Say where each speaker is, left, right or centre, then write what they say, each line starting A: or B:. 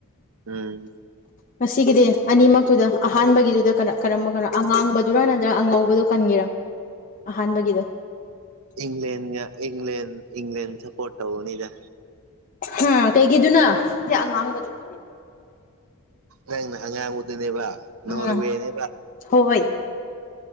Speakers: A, on the right (about 70°); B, on the left (about 35°).
A: ꯎꯝ
B: ꯉꯁꯤꯒꯤꯗꯤ ꯑꯅꯤꯃꯛꯇꯨꯗ ꯑꯍꯥꯟꯕꯒꯤꯗꯨꯗ ꯀꯅꯥ ꯀꯔꯝꯕ ꯀꯅꯥ ꯑꯉꯥꯡꯕ ꯨꯗꯨꯔꯥꯟꯅꯗ꯭ꯔ ꯑꯉꯧꯕꯗꯣ ꯀꯟꯒꯦꯔꯥ ꯑꯍꯥꯟꯕꯒꯤꯗꯣ
A: ꯏꯪꯂꯦꯟꯒ ꯏꯪꯂꯦꯟ ꯏꯪꯂꯦꯟ ꯁꯄꯣꯔꯠ ꯇꯧꯒꯅꯤꯗ
B: ꯍꯥ ꯀꯩꯒꯤꯗꯨꯅ ꯑꯩꯗꯤ ꯑꯉꯥꯡꯕꯗꯨ ꯑꯗꯨꯝ
A: ꯅꯪꯅ ꯑꯉꯥꯡꯕꯗꯨꯅꯦꯕ
B: ꯑꯝ
A: ꯅꯣꯔꯋꯦꯅꯦꯕ
B: ꯍꯣꯏ